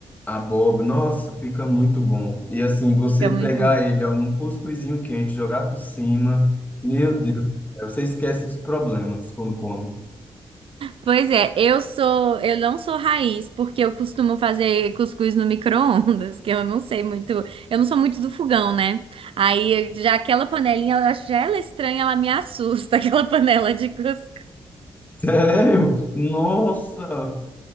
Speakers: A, on the left; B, on the right.
A: abóbora. Nossa, fica muito bom. E assim, você
B: Fica
A: pegar
B: muito bom.
A: ele ó, num cuscuzinho quente, jogar por cima, meu Deus, do céu, você esquece dos problemas quando come.
B: Pois é, eu sou, eu não sou raiz, porque eu costumo fazer cuscuz no micro-ondas, <laughs> que eu não sei muito, eu não sou muito do fogão, né? Aí já aquela panelinha, eu acho já ela é estranha, ela me assusta, <laughs> aquela panela de cuscuz.
A: <laughs> Sério? Nossa!